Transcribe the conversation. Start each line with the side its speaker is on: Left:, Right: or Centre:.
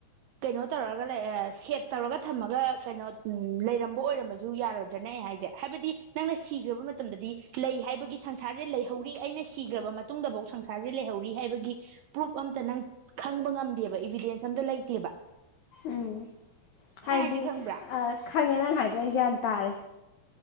Right: ꯀꯩꯅꯣ ꯇꯧꯔꯒ ꯂꯩꯔ ꯁꯦꯠ ꯇꯧꯔꯒ ꯊꯝꯃꯒ ꯀꯩꯅꯣ ꯎ ꯂꯩꯔꯝꯕ ꯑꯣꯏꯔꯝꯕꯖꯨ ꯌꯥꯔꯣꯏꯗ꯭ꯔꯅꯦ ꯑꯩ ꯍꯥꯏꯖꯦ ꯍꯥꯏꯕꯗꯤ ꯅꯪꯅ ꯁꯤꯒ꯭ꯔꯕ ꯃꯇꯝꯗꯗꯤ ꯂꯩ ꯍꯥꯏꯕꯒꯤ ꯁꯪꯁꯥꯔꯖꯦ ꯂꯩꯍꯧꯔꯤ ꯑꯩꯅ ꯁꯤꯒ꯭ꯔꯕ ꯃꯇꯨꯡꯗꯐꯧ ꯁꯪꯁꯥꯔꯖꯦ ꯂꯩꯍꯧꯔꯤ ꯍꯥꯏꯕꯒꯤ ꯄ꯭ꯔꯨꯐ ꯑꯝꯇ ꯅꯪ ꯈꯪꯕ ꯉꯝꯗꯦꯕ ꯏꯕꯤꯗꯦꯟꯁ ꯑꯝꯇ ꯂꯩꯇꯦꯕ꯫
Left: ꯎꯝ ꯍꯥꯏꯗꯤ
Right: ꯑꯩ ꯍꯥꯏꯁꯦ ꯈꯪꯕ꯭ꯔꯥ
Left: ꯑ ꯈꯪꯉꯦ ꯅꯪ ꯍꯥꯏꯗꯣ ꯑꯩ ꯒ꯭ꯌꯥꯟ ꯇꯥꯔꯦ꯫